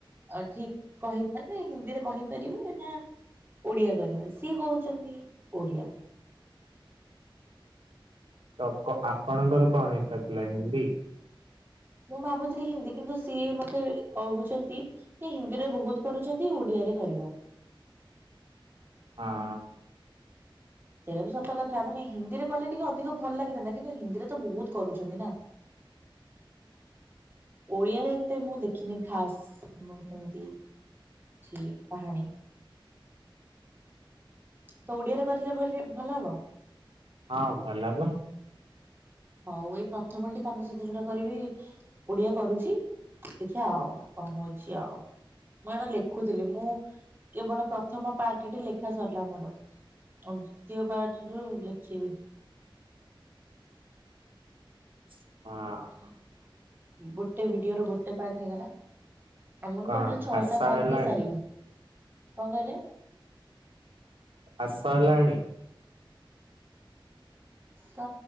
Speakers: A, on the right; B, on the right.
A: ଆ ଠିକ କହି ମାନେ ହିନ୍ଦୀରେ କହିପାରିବେ ନା ଓଡିଆ କରିବା ସିଏ କହୁଛନ୍ତି ଓଡିଆ।
B: ତ ଆପଣଙ୍କର କଣ ଇଚ୍ଛା ଥିଲା ହିନ୍ଦୀ।
A: ମୁଁ ଭାବୁଥିଲି ହିନ୍ଦୀ କିନ୍ତୁ, ସିଏ ମତେ କହୁଛନ୍ତି କି ହିନ୍ଦୀରେ ବହୁତ କରୁଛନ୍ତି ଓଡିଆରେ କରିବା।
B: ହଁ।
A: ସେଇଟା ବି ସତ କଥା ମାନେ ହିନ୍ଦୀରେ କଲେ ଟିକେ ଅଧିକ ଭଲ ଲାଗିଥାନ୍ତା କିନ୍ତୁ ହିନ୍ଦୀରେ ତ ବହୁତ କରୁଛନ୍ତି ନା। ଓଡିଆରେ ଏତେ ମୁଁ ଦେଖିନି ଖାସ ଏମତି। ଛି କାହାଣୀ। ତ ଓଡିଆରେ କରିଲେ ଭଲି ଭଲ ହବ।
B: ହଁ ଭଲ ହବ।
A: ହଉ ଏଇ ପ୍ରଥମଟି ତାଙ୍କ ସହିତ ଯୋଉଟା କରିବି ଓଡିଆ କରୁଛି ଦେଖିବା ଆଉ କଣ ହଉଛି ଆଉ। ମୁଁ ଏଇନା ଲେଖୁଥିଲି ମୁଁ କେବଳ ପ୍ରଥମ ପାର୍ଟଟି ଲେଖା ସରିଲା ମୋର। ହଁ ଦ୍ଵିତୀୟ ପାର୍ଟରରୁ ଲେଖିବି।
B: ହଁ।
A: ଗୋଟେ ଭିଡିଓ ର ଗୋଟେ ପାର୍ଟ ହେଇଗଲା। ଆମ
B: କଣ
A: ଟୋଟାଲ୍ ଛଅଟା
B: ଖାସ
A: ପାର୍ଟ
B: ହେଲାଣି
A: ରେ ସାରିବି କଣ କହିଲେ।
B: ଖାସ ହେଲାଣି।
A: ସ